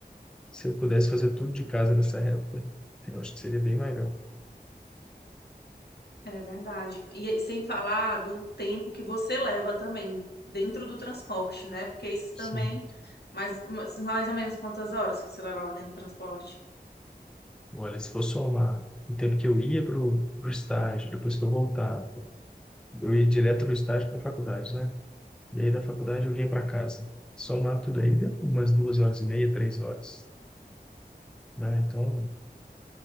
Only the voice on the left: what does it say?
É verdade. E aí, sem falar do tempo que você leva também dentro do transporte, né? Porque isso
também, mais, mais mais ou menos quantas horas que você levava dentro do transporte?